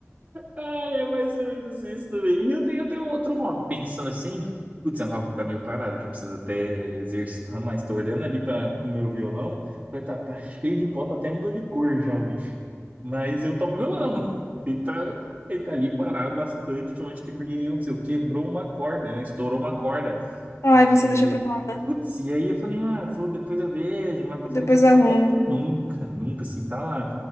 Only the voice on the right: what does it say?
Ai, é mais ou menos isso também. E eu tenho, eu tenho um outro hobby, pensando assim, putz, é um hobby que tá meio parado, que eu preciso até exercitar mais. Tô olhando ali para o meu violão, coitado, tá cheio de pó, tá até mudou de cor já o bicho. Mas eu toco violão, <laughs> então ele tá ali parado bastante de onde que, porque, não sei, quebrou uma corda, né? Estourou uma corda.
E,
putz, e aí eu falei, ah, vou, depois eu vejo, mais pra frente
eu
pego.
Nunca, nunca, assim, tá lá.